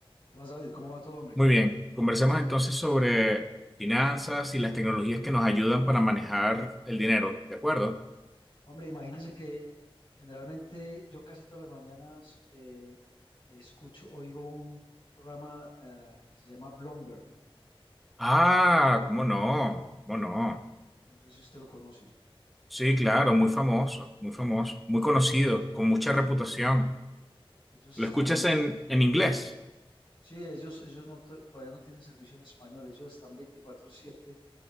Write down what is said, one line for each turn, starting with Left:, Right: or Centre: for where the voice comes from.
Left: ¿Qué más, David? ¿Cómo va todo, hombre?
Centre: Muy bien, conversemos entonces sobre finanzas y las tecnologías que nos ayudan para manejar el dinero, ¿de acuerdo?
Left: Hombre, imagínese que generalmente yo casi todas las mañanas eh, escucho, oigo un programa eh, que se llama Blumber.
Centre: Ah,
Left: No sé si,
Centre: ¿cómo no? ¿Cómo no?
Left: no sé si usted lo conoce.
Centre: Sí, claro, muy famoso, muy famoso, muy conocido, con mucha reputación.
Left: Ellos
Centre: ¿Lo
Left: están,
Centre: escuchas en, en inglés?
Left: sí, ellos, ellos no, to- todavía no tienen servicio en español. Ellos están veinticuatro siete